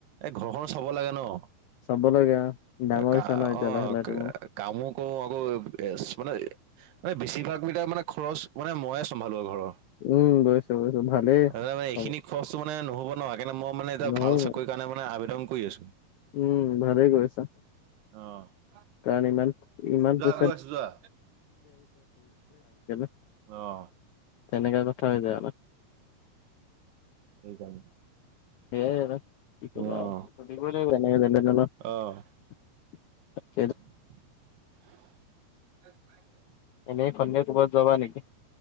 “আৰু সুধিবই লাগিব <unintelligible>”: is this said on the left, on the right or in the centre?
Left